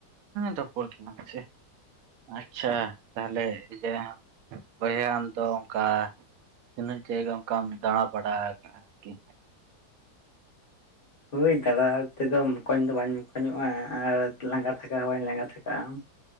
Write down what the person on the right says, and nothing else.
ᱨᱚᱯᱚᱲ ᱛᱟᱞᱟᱝ ᱢᱮᱥᱮ ᱟᱪᱪᱷᱟ ᱛᱟᱦᱞᱮ ᱤᱭᱟᱹ ᱵᱚᱭᱦᱟ ᱟᱢ ᱫᱚ ᱚᱱᱠᱟ ᱛᱤᱱᱟᱹ ᱡᱟᱭᱜᱟ ᱚᱱᱠᱟᱢ ᱫᱟᱲᱟ ᱵᱟᱲᱟᱠᱟᱜ ᱟᱨᱠᱤ?